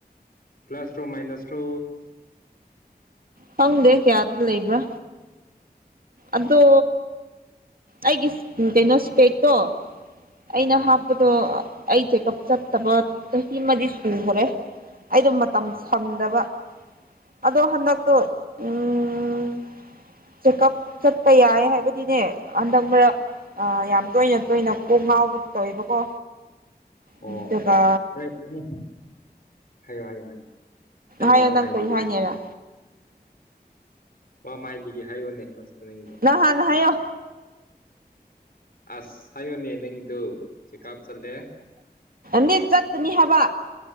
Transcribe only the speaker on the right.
ꯐꯪꯗꯦ ꯀꯌꯥꯗ ꯂꯩꯕ꯭ꯔꯥ
ꯑꯗꯣ ꯑꯩꯒꯤ ꯀꯩꯅꯣ ꯏꯁꯄꯦꯛꯇꯣ ꯑꯩꯅ
ꯍꯥꯞ ꯗꯣ ꯑꯩ ꯆꯦꯛꯑꯞ ꯆꯠꯇꯕ ꯆꯍꯤ ꯑꯃꯗꯤꯗꯤ ꯁꯨꯈ꯭ꯔꯦ ꯑꯩꯗꯣ ꯇ
ꯁꯝꯗꯕ ꯑꯗꯣ ꯍꯟꯗꯛꯇꯣ ꯎꯝ ꯆꯦꯛꯑꯞ ꯆꯠꯄ ꯌꯥꯏ ꯍꯥꯏꯕꯗꯤꯅꯦ ꯍꯟꯗꯛ ꯃꯔꯛ ꯑ ꯌꯥꯝ ꯇꯣꯏꯅ ꯇꯣꯏꯅ ꯀꯣꯛ ꯉꯥꯎꯕ ꯇꯧꯋꯦꯕꯀꯣ
ꯑꯗꯨꯒ
ꯍꯥꯏꯌꯣ
ꯅꯪ
ꯀꯔꯤ ꯍꯥꯏꯅꯤꯔ
ꯅꯪ ꯍꯥꯟꯅ ꯍꯥꯏꯌꯣ
ꯅꯤꯠ ꯆꯠꯀꯅꯤ ꯍꯥꯏꯕ